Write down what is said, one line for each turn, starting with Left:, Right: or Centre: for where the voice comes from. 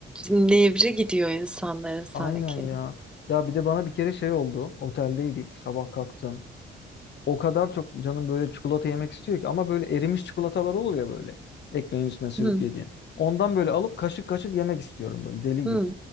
Centre: nevri gidiyor insanların sanki.
Left: aynen ya. Ya bir de bana bir kere şey oldu. Oteldeydik. Sabah kalktım. O kadar çok canım böyle çikolata yemek istiyor ki ama böyle erimiş çikolatalar olur ya böyle. Ekmeğin üstüne sürüp
Centre: Hı,
Left: yediğin. Ondan böyle alıp kaşık kaşık yemek istiyorum böyle deli
Centre: hı.
Left: gibi.